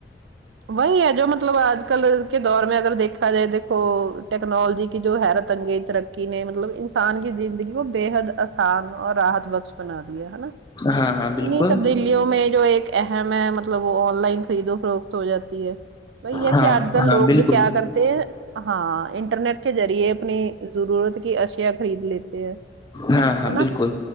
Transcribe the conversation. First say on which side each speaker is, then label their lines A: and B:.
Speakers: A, on the right (about 80°); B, on the left (about 25°).
A: وہی ہے جو مطلب آج کل کے دور میں اگر دیکھا جائے دیکھو ٹیکنالوجی کی جو حیرت انگیت کی نے مطلب انسان کی زندگی کو بےحد آسان اور راحت بخش بنا دیا ہے نا
B: ہاں ہاں بالکل
A: انہیں تبدیلیوں میں جو ایک اہم ہے مطلب وہ آن لائن خریدو فروقت ہو جاتی ہے بائی یہ
B: ہاں
A: کہ آج کل
B: ہاں
A: لوگ
B: بالکل
A: جو کیا کرتے تے ہیں ہاں انٹرنیٹ کے ذریعے اپنی ضرورت کی اشیا خرید لیتے ہیں ہے
B: ہاں ہاں
A: نا
B: بالکل